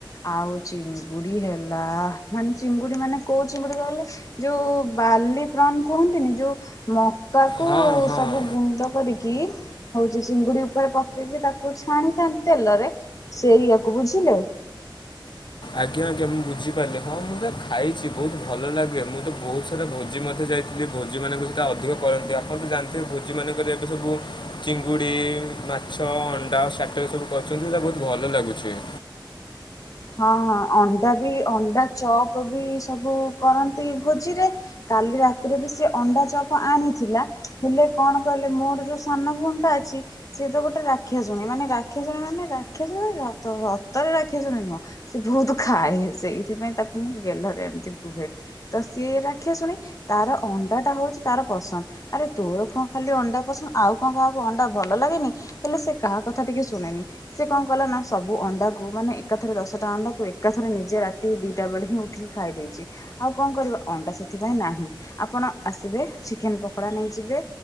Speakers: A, on the left; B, on the left.
A: ଆଉ ଚିଙ୍ଗୁଡି ହେଲା ମାନେ ଚିଙ୍ଗୁଡି ମାନେ କୋଉ କୋଉ ଚିଙ୍ଗୁଡ଼ି କହିଲେ ଯୋଉ ବାଲିପ୍ରନ୍ କୁହନ୍ତିନି ଯୋଉ ମ ମକାକୁ
B: ହଁ ହଁ
A: ସବୁ ଗୁଣ୍ଡ କରିକି କି ହଉଛି ଚିଙ୍ଗୁଡି ଉପରେ ପକେଇକି ତାକୁ ଛାଣିଥାନ୍ତି ତେଲରେ। ସେଇୟାକୁ ବୁଝିଲେ।
B: ଆଜ୍ଞା ଆଜ୍ଞା ମୁଁ ବୁଝିପାରିଲି ହଁ ମୁଁ ଯ ଖାଇଛି ବହୁତ ଭଲ ଲାଗେ ମୁଁ ତ ବହୁତ ସାରା ଭୋଜି ମଧ୍ୟ ଯାଇଥିଲି ଭୋଜିମାନଙ୍କୁ ସେଇଟା ଅଧିକ କରନ୍ତି ଆପଣ ତ ଜାଣିଥିବେ ଭୋଜି ମାନେ କରିବାକୁ ସବୁ ଚିଙ୍ଗୁଡ଼ି, ମାଛ, ଅଣ୍ଡା ଷ୍ଟାଟର୍ ସବୁ କରୁଛନ୍ତି। ତାହା ବହୁତ ଭଲ ଲାଗୁଛି।
A: ହଁ ଅଣ୍ଡା ବି ଅଣ୍ଡା ଚପ୍ ବି ସବୁ କରନ୍ତି ଭୋଜିରେ। କାଲି ରାତିରେ ବି ସେ ଅଣ୍ଡା ଚପ୍ ଆଣିଥିଲା ହେଲେ କଣ କହିଲେ ମୋର ଯୋଉ ସାନ ଭଉଣୀଟା ଅଛି ସିଏ ତ ଗୋଟେ ରା ରାକ୍ଷାଶୁଣି ମାନେ ରାକ୍ଷାଶୁଣୀ ମାନେ ରାକ୍ଷାଶୁଣି ସତରେ ରାକ୍ଷାଶୁଣି ନୁହଁ। ସେ ବହୁତ ଖାଏ ସେଇଥିପାଇଁ ତାକୁ ମୁଁ ଗେଲରେ ଏମିତି କୁହେ ତ ସିଏ ରାକ୍ଷାଶୁଣି। ତାର ଅଣ୍ଡାଟା ହଉଛି ତାର ପସନ୍ଦ। ଆରେ ତୋର କଣ ଖାଲି ଅଣ୍ଡା ପସନ୍ଦ ଆଉ କଣ କାହାକୁ ଅଣ୍ଡା ଭଲ ଲାଗେନି? ହେଲେ ସେ କାହା କଥା ଟିକେ ଶୁଣେନି। ସେ କଣ କଲା ନା ସବୁ ଅଣ୍ଡାକୁ ମାନେ ଏକା ଥରେ ଦଶଟା ଅଣ୍ଡା କୁ ଏକାଥରେ ନିଜେ ରାତି ଦିଟା ବେଳେ ହିଁ ଉ ଠିକି ଖାଇ ଦେଇଛି। ଆଉ କଣ କରିବ ଅଣ୍ଡା ସେଥିପାଇଁ ନାହିଁ ଆପଣ ଆସିବେ ଚିକେନ ପକୋଡା ନେଇଯିବେ?